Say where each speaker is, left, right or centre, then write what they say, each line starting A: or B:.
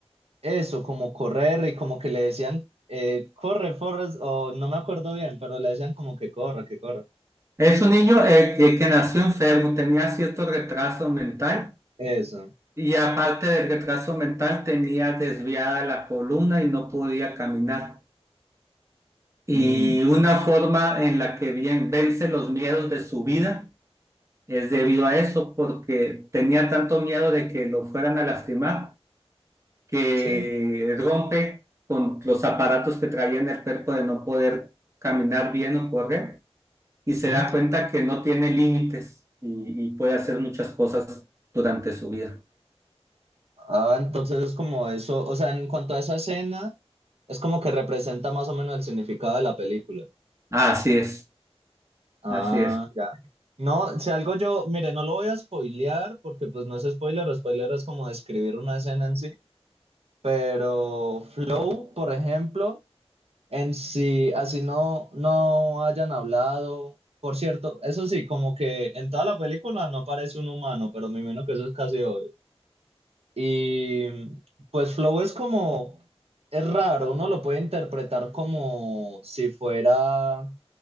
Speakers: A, on the right; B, on the right.
A: eso, como correr y como que le decían, eh, corre, Forrest, o no me acuerdo bien, pero le decían como que corra, que corra.
B: Es un niño eh, que, que nació enfermo, tenía cierto retraso mental
A: Eso.
B: y aparte del retraso mental tenía desviada la columna y no podía caminar. Y
A: Mm,
B: una forma en la que bien, vence los miedos de su vida Es debido a eso, porque tenía tanto miedo de que lo fueran a lastimar que
A: sí.
B: rompe con los aparatos que traía en el cuerpo de no poder caminar bien o correr y se
A: Mm.
B: da cuenta que no tiene límites y, y puede hacer muchas cosas durante su vida.
A: Ah, entonces es como eso, o sea, en cuanto a esa escena, es como que representa más o menos el significado de la película.
B: Así es,
A: Ah,
B: así es.
A: ya. No, si algo yo, mire, no lo voy a spoilear porque pues no es spoiler, spoiler es como describir una escena en sí, pero Flow, por ejemplo, en sí, así no, no hayan hablado, por cierto, eso sí, como que en toda la película no aparece un humano, pero me imagino que eso es casi obvio. Y pues flow es como, es raro, uno lo puede interpretar como si fuera